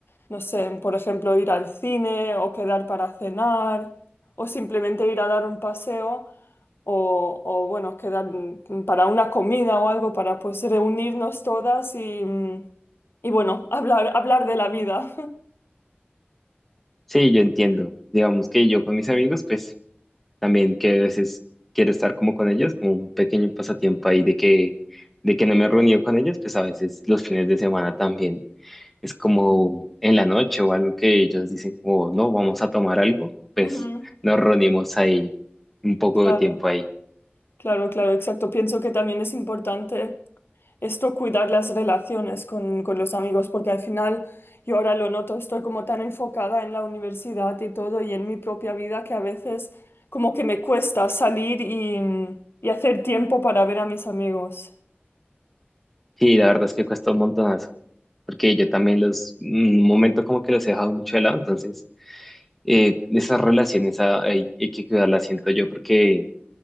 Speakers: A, on the left (about 70°); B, in the centre.
A: no sé, por ejemplo, ir al cine o quedar para cenar o simplemente ir a dar un paseo o, o, bueno, quedar mm, para una comida o algo para pues reunirnos todas y, mm, y bueno, hablar, hablar de la vida. <laughs>
B: Sí, yo entiendo. Digamos que yo con mis amigos, pues también que a veces quiero estar como con ellos, como un pequeño pasatiempo ahí de que, de que no me he reunido con ellos, pues a veces los fines de semana también. es como en la noche o algo que ellos dicen como, no, vamos a tomar algo, pues
A: Ujú.
B: nos reunimos ahí un poco
A: Claro,
B: de tiempo ahí.
A: claro, claro, exacto. Pienso que también es importante. esto cuidar las relaciones con, con los amigos, porque al final yo ahora lo noto, estoy como tan enfocada en la universidad y todo y en mi propia vida que a veces como que me cuesta salir y, y hacer tiempo para ver a mis amigos.
B: Y la verdad es que cuesta un montonazo, porque yo también los, un momento como que los he dejado mucho de lado, entonces eh, esas relaciones ah, hay, hay que cuidarlas, siento yo, porque